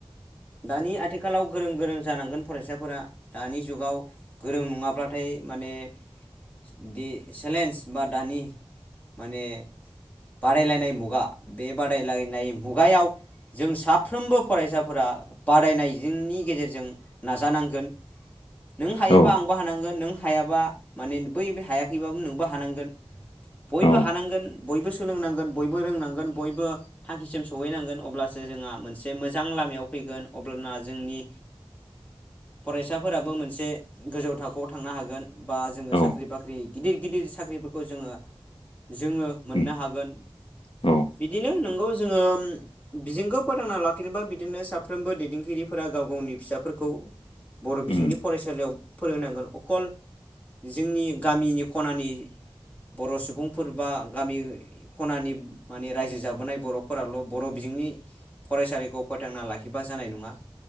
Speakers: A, on the left (about 15°); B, on the left (about 70°).
A: दानि आथिखालाव गोरों गोरों जानांगोन फरायसा फोरा दानि जुगाव गोरों नङाब्लाथाय माने बिदि चेलेन्ज बा दानि माने बादायलायनाय मुगा बे बादायलायनाय मुगायाव जों साफ्रोमबो फरायसाफोरा बादायनायजोंनि गेजेरजों नाजानां गोन नों हायोबा
B: औ
A: आंबो हानांगोन नों हायाबा माने बै हायाखैबाबो नोंबो हानांगोन। बयबो
B: औ
A: हानांगोन बयबो सोलोंनांगोन बयबो रोंनांगोन बयबो थांखिसिम सहैनांगोन अब्लासो जोंहा मोनसे मोजां लामायाव फैगोन अब्लाना जोंनि
B: <inaudible>
A: फरायसाफोराबो मोनसे गोजौ थाखोआव थांनो हागोन बा जोङो
B: औ
A: साख्रि बाख्रि गिदिर गिदिर साख्रिफोरखौ जोङो जोङो मोननो
B: उम,
A: हागोन।
B: औ
A: बिदिनो नों गौ जोङो बिजोंखौ फोथांना लाखिनोबा बिदिनो साफ्रोमबो दैदेनगिरिफोरा गाव गावनि फिसाफोरखौ बर' बिजोंनि
B: उम,
A: फरायसालियाव फोरोंनांगोन अखल जोंनि गामिनि खनानि बर' सुबुंफोर बा गामि खनानि माने रायजो जाबोनाय बर'फोराल' बर' बिजोंनि फरासालिखौ फोथांना लाखिबा जानाय ना